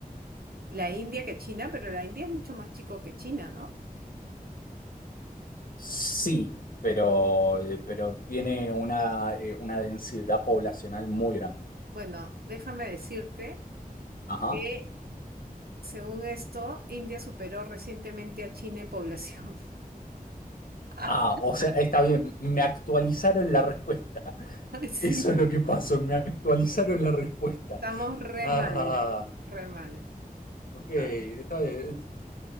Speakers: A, on the right (about 80°); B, on the left (about 65°).
A: la India que China, pero la India es mucho más chico que China, ¿no?
B: Sí, pero, eh, pero tiene una, eh, una densidad poblacional muy grande.
A: Bueno, déjame decirte
B: Ajá.
A: que según esto, India superó recientemente a China en población. <laughs>
B: Ah, o sea, está bien, me actualizaron la respuesta. <laughs>
A: Sí,
B: Eso es lo que pasó, me actualizaron la respuesta.
A: estamos re
B: Ah,
A: mal, re mal.
B: ok, está
A: A-
B: bien.